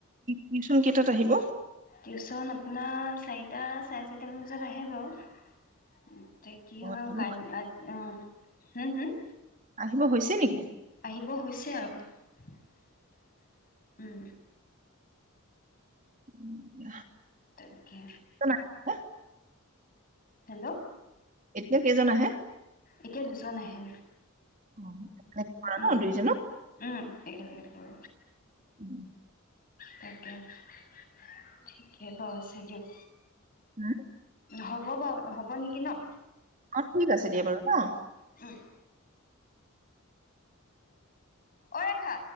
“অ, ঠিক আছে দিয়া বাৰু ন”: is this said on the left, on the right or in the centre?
Right